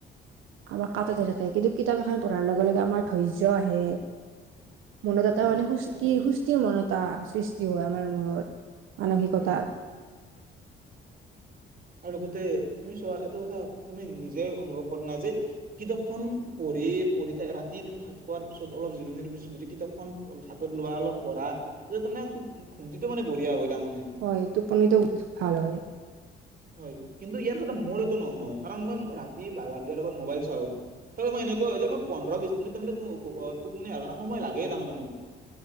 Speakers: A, on the right; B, on the right.
A: আমাৰ কাাটতে
B: হয়
A: থাকে কিন্তু কিতাপ এখন পঢ়াৰ লগে লগে আমাৰ ধৈৰ্য আহে। মনত এটা
B: হয়
A: মানে সুস্থিৰ
B: একেবাৰে
A: সুস্থিৰ মন এটা সৃষ্টি হয় আমাৰ মনত মানসিকতাত।
B: হয় আৰু লগতে তুমি চোৱা এইটো কথা তুমি নিজে অনুভৱ কৰা নাই যে কিতাপখন পঢ়ি পঢ়ি থাকা ৰাতি ভাত খোৱাৰ পিছত অলপ জিৰণিৰ পিছত যদি কিতাপখন হাতত লোৱা অলপ পঢা তাৰে কুমটিটো মানে বঢ়িয়া হয় তাৰ মানে <unintelligible>
A: হয় টোপনটো ভাল হয়।
B: হয় কিন্তু ইয়াৰ কথা মোৰটো নহয় কাৰণ, মই ৰাতি বাগাৰ দিয়াৰ আগত মোবাইল চাও <unintelligible> ত মই এনেকুৱা যে মই পোন্ধৰ বিশ মিনি তাৰ মান তোকুনিণে সময় লাগেই তাৰমানে মোক <inaudible>